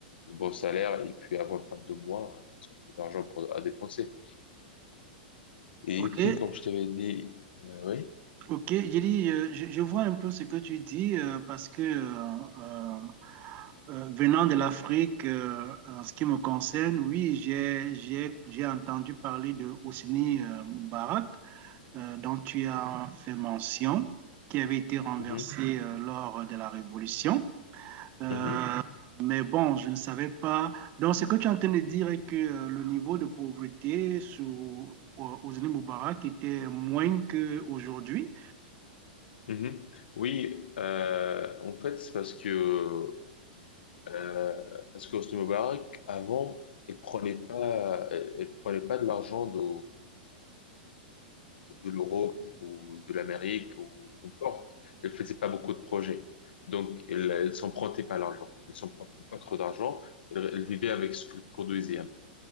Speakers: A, on the left (about 85°); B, on the right (about 35°).
A: bon salaire. Et puis, avant le fin de mois, ils ont plus d'argent pour, à dépenser. Et
B: Ok,
A: puis, comme je t'avais dit, euh, oui.
B: ok, j'ai dit, euh, je, je vois un peu ce que tu dis euh, parce que euh, euh, Euh, venant de l'Afrique, euh, en ce qui me concerne, oui, j'ai, j'ai, j'ai entendu parler de Hosni euh, Moubarak, euh, dont tu as fait mention, qui avait été renversé
A: Mhm,
B: euh, lors de la Révolution. Euh,
A: mhm,
B: mais bon, je ne savais pas. Donc, ce que tu es en train de dire est que euh, le niveau de pauvreté sous euh, Hosni Moubarak était moins qu'aujourd'hui.
A: mhm, mhm. Oui, euh, en fait, c'est parce que euh, parce qu'Hosni Moubarak, avant, il prenait pas, il il prenait pas de l'argent de de l'Europe ou de l'Amérique ou qu'importe. Elles faisaient pas beaucoup de projets. Donc, elles, elles s'empruntaient pas l'argent. Elles s'empruntaient pas trop d'argent. Elles, elles vivaient avec ce qu'elles produisaient. un peu.